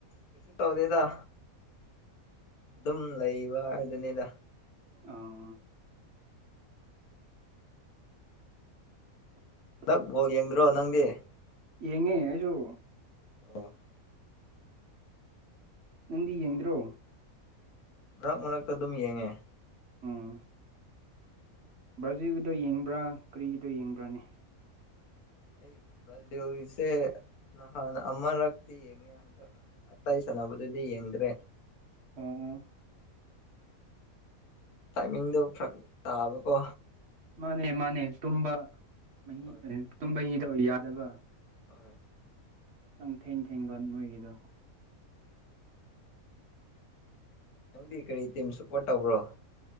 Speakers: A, on the left; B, on the right.
A: ꯀꯩꯁꯨ ꯇꯧꯗꯦꯗ ꯑꯗꯨꯝ ꯂꯩꯕ ꯍꯥꯏꯗꯨꯅꯤꯗ
B: ꯑꯥ inaudible
A: ꯍꯟꯗꯛ ꯕꯣꯜ ꯌꯦꯡꯗ꯭ꯔꯣ ꯅꯪꯗꯤ
B: ꯌꯦꯡꯉꯦ ꯑꯩꯁꯨ
A: ꯑꯣ
B: ꯅꯪꯗꯤ ꯌꯦꯡꯗ꯭ꯔꯣ
A: ꯃꯔꯛ ꯃꯔꯛꯇ ꯑꯗꯨꯝ ꯌꯦꯡꯉꯦ
B: ꯎꯝ ꯕ꯭ꯔꯖꯤꯟꯒꯤꯗꯣ ꯌꯦꯡꯕ꯭ꯔꯥ ꯀꯔꯤꯒꯤꯗꯣ ꯌꯦꯡꯕ꯭ꯔꯥꯅꯦ
A: ꯑꯩ ꯕꯔꯖꯤꯟꯒꯤꯁꯦ ꯅꯍꯥꯟ ꯑꯃꯔꯛꯇꯤ ꯌꯦꯡꯉꯦ ꯑꯇꯩ ꯁꯥꯟꯅꯕꯗꯗꯤ ꯌꯦꯡꯗ꯭ꯔꯦ
B: ꯑꯣ ꯑꯣ
A: ꯇꯥꯏꯃꯤꯡꯗꯣ ꯐꯔꯛ ꯇꯥꯕꯀꯣ
B: ꯃꯥꯅꯦ ꯃꯥꯅꯦ ꯇꯨꯝꯕ ꯃꯍꯤ
A: ꯍꯣꯏ
B: ꯇꯨꯝꯕ ꯍꯤꯗꯣ ꯌꯥꯗꯕ
A: ꯍꯣꯏ
B: ꯈꯤꯇꯪ ꯊꯦꯡ ꯊꯦꯡꯕ ꯃꯣꯏꯒꯤꯗꯣ
A: ꯅꯪꯗꯤ ꯀꯔꯤ ꯇꯤꯝ ꯁꯄ꯭ꯔꯣꯠ ꯇꯧꯕ꯭ꯔꯣ